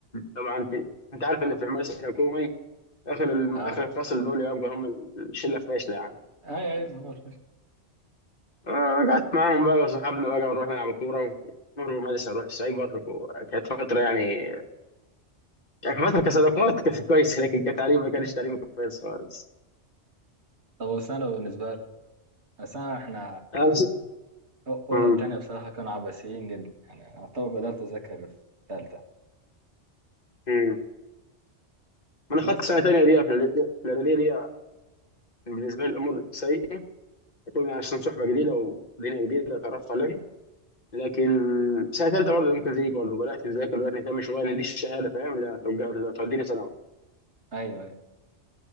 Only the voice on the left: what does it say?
طبعا في انت عارف ان في المدرسه الحكومي اخر ال...
اخر الفصل دول يبقوا هم الشله الفاشله يعني
آه، قعدت معاهم بقى صحابنا بقى ونروح نلعب كورة ونهرب من المدرسة نروح السايبر وكانت فترة يعني كانت فترة كصداقات كانت كويسة لكن كتعليم ما كانش تعليم كويس خالص
أنا س...
مم.
مم. ما أنا
خدت سنة تانية دي في الإعدادية في الإعدادية دي كان بالنسبة لي الأمور سيئة كنا عشان صحبة جديدة ودنيا جديدة اتعرفت عليها لكن سنة تالتة برضه ممكن زيك برضه بدأت أذاكر بدأت نهتم شوية إن دي الشهادة فاهم اللي هتوجه- اللي هتوديني ثانوي